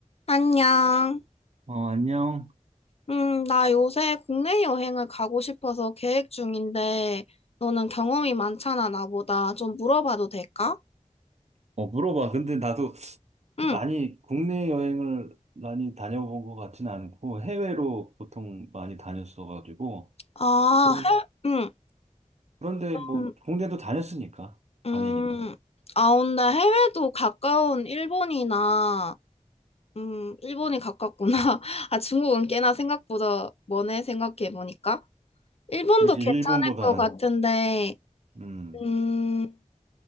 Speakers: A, on the left; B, on the right.
A: 안녕.
B: 어, 안녕.
A: 음, 나 요새 국내 여행을 가고 싶어서 계획 중인데, 너는 경험이 많잖아, 나보다. 좀 물어봐도 될까?
B: 어, 물어봐. 근데 나도
A: 응.
B: 많이 국내 여행을 많이 다녀본 것 같지는 않고 해외로 보통 많이 다녔어가지고
A: 아,
B: 그런
A: 해, 응.
B: 그런데 뭐
A: 음,
B: 국내도 다녔으니까
A: 음.
B: 다니기는.
A: 아, 근데 해외도 가까운 일본이나, 음, 일본이 가깝구나. <laughs> 아, 중국은 꽤나 생각보다 머네, 생각해보니까. 일본도
B: 그렇지
A: 괜찮을
B: 일본보다는
A: 것 같은데,
B: 음.
A: 음,